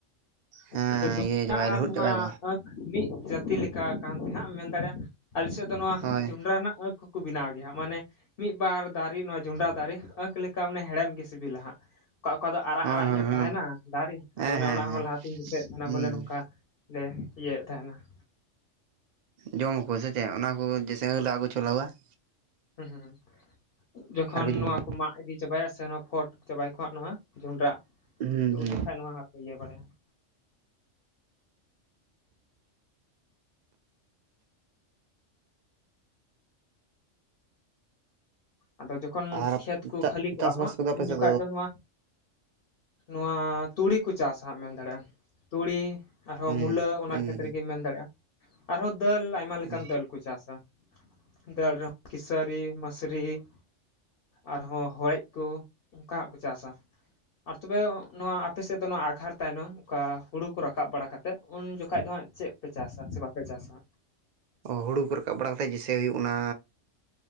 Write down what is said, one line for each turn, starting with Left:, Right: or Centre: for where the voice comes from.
Right: ᱦᱮᱸ
Left: ᱟᱫᱚ
Right: ᱤᱭᱟᱹ
Left: <unintelligible>
Right: ᱪᱟᱵᱟᱭᱟ ᱞᱟᱹᱦᱩᱫ
Left: ᱱᱚᱣᱟ
Right: ᱪᱟᱵᱟᱭᱟᱠᱚ
Left: ᱟ. ᱠᱷ ᱢᱤᱫ ᱡᱟᱹᱛᱤ ᱞᱮᱠᱟ ᱠᱟᱱᱛᱮ ᱦᱟᱸᱜ ᱢᱮᱱ ᱫᱟᱲᱮᱭᱟᱜᱼᱟ ᱟᱞᱮ ᱥᱮᱫ ᱫᱚ ᱱᱚᱣᱟ
Right: ᱦᱳᱭ
Left: ᱡᱚᱸᱰᱨᱟ ᱨᱮᱱᱟᱜ ᱟ. ᱠᱷ <unintelligible> ᱵᱮᱱᱟᱣ ᱜᱮᱭᱟ ᱢᱟᱱᱮ ᱢᱤᱫ ᱵᱟᱨ ᱫᱟᱨᱮ ᱱᱚᱣᱟ ᱡᱚᱱᱰᱨᱟ ᱫᱟᱨᱮ ᱟᱸᱠ ᱞᱮᱠᱟ ᱟᱱᱮ ᱦᱮᱲᱮᱢ ᱜᱮ ᱥᱤᱵᱤᱞᱟ ᱦᱟᱸᱜ ᱾ ᱚᱠᱟ ᱚᱠᱟ ᱫᱚ ᱟᱨᱟᱜ
Right: ᱦᱳᱭ ᱦᱳᱭ
Left: ᱟᱨᱟᱜ ᱧᱚᱜ
Right: ᱦᱳᱭ
Left: ᱚᱠᱟ ᱚᱠᱟ ᱚᱠᱟ ᱫᱚ ᱟᱨᱟᱜ ᱟᱨᱟᱜ ᱛᱟᱦᱮᱱᱟ ᱫᱟᱨᱮ
Right: ᱦᱮᱸ
Left: ᱟᱫᱚ ᱚᱱᱮ
Right: ᱦᱮᱸ
Left: ᱚᱱᱟ
Right: ᱦᱮᱸ
Left: ᱦᱚᱸ ᱞᱟᱦᱟᱛᱤᱧ ᱫᱤᱥᱟᱹᱭᱮᱫ ᱛᱟᱦᱮᱱᱟ
Right: ᱦᱩᱸ
Left: ᱵᱚᱞᱮ ᱱᱚᱝᱠᱟ ᱞᱮ ᱤᱭᱟᱹᱭᱮᱫ ᱛᱟᱦᱮᱱᱟ ᱾
Right: ᱡᱚᱢ ᱟᱠᱩ ᱥᱮ ᱪᱮᱜ ᱚᱱᱟ ᱠᱚ ᱡᱮᱥᱮ ᱟᱹᱞᱟ ᱠᱩ ᱪᱷᱚᱞᱟᱹᱣᱟ ᱾
Left: ᱦᱩᱸ ᱦᱩᱸ ᱦᱩᱸ ᱡᱚᱠᱷᱚᱱ
Right: ᱟᱨᱠᱚ ᱡᱚᱢᱟ
Left: ᱱᱚᱣᱟ ᱠᱚ ᱢᱟᱜ ᱤᱫᱤ ᱪᱟᱵᱟᱭᱟ ᱥᱮ ᱱᱚᱣᱟ ᱯᱷᱚᱴ ᱪᱟᱵᱟᱭᱟᱠᱚ ᱦᱟᱸᱜ ᱱᱚᱣᱟ ᱡᱚᱸᱰᱨᱟ,
Right: ᱦᱩᱸ
Left: ᱛᱚ
Right: ᱦᱩᱸ
Left: ᱩᱱ ᱡᱠᱷᱷᱟ ᱱᱚᱣᱟ ᱦᱟᱸᱜ ᱠᱚ ᱤᱭᱟᱹ ᱵᱟᱲᱟᱭᱟ ᱾ ᱟᱫᱚ ᱡᱚᱠᱷᱚᱱ
Right: ᱟᱨ
Left: ᱠᱷᱮᱛ ᱠᱚ
Right: ᱪᱟᱜ
Left: ᱠᱷᱟᱹᱞᱤ ᱠᱚᱜᱼᱟ
Right: ᱪᱟᱥᱵᱟᱥ
Left: ᱦᱟᱸᱜ
Right: ᱠᱚᱫᱚ ᱟᱯᱮ
Left: ᱩᱱ
Right: ᱥᱮᱫ
Left: ᱡᱚᱠᱷᱟᱡ ᱫᱚ ᱱᱚᱣᱟ ᱱᱚᱣᱟ ᱛᱩᱲᱤ ᱠᱚ ᱪᱟᱥᱟ ᱦᱟᱸᱜ ᱢᱮᱱ ᱫᱟᱲᱮᱜ ᱟᱢ, ᱛᱩᱲᱤ ᱟᱨᱦᱚᱸ
Right: ᱦᱩᱸ
Left: ᱢᱩᱞᱟᱹ ᱚᱱᱟ
Right: ᱦᱩᱸ
Left: ᱠᱷᱮᱛᱨᱮᱜᱮᱢ ᱢᱮᱱ ᱫᱟᱲᱮᱭᱟᱜᱼᱟ ᱟᱨᱦᱚᱸ ᱫᱟᱹᱞ ᱟᱭᱢᱟ
Right: ᱦᱩᱸ
Left: ᱞᱮᱠᱟᱱ ᱫᱟᱹᱞ ᱾ ᱠᱩ ᱟᱥᱟ <unintelligible> ᱠᱤᱥᱟᱨᱤ ᱢᱟᱥᱨᱤ ᱾ ᱟᱨᱦᱚᱸ ᱦᱚᱲᱮᱡ ᱠᱩ ᱚᱱᱠᱟ ᱦᱟᱸᱜ ᱠᱚ ᱪᱟᱥᱟ ᱾ ᱟᱨ ᱛᱚᱵᱮ ᱱᱚᱣᱟ ᱟᱯᱮ ᱥᱮᱫ ᱫᱚ ᱱᱚᱣᱟ ᱟᱜᱷᱟᱷᱟᱨ ᱛᱟᱭᱱᱚᱢ ᱚᱠᱟ ᱦᱩᱲᱩ ᱠᱚ ᱨᱟᱠᱟᱵ ᱵᱟᱲᱟ ᱠᱟᱛ ᱩᱱ ᱡᱚᱚᱠᱷᱟ ᱫᱚ ᱦᱜ ᱪᱮᱫ ᱯᱮ ᱪᱟᱥᱟ ᱥᱮ ᱵᱟᱯᱮ ᱪᱟᱥᱟ?
Right: ᱦᱩᱲᱩ ᱠᱚ ᱨᱟᱠᱟᱵ ᱵᱟᱲᱟ ᱠᱟᱛᱮ ᱡᱮᱥᱮ ᱦᱩᱭᱩᱜ ᱚᱱᱟ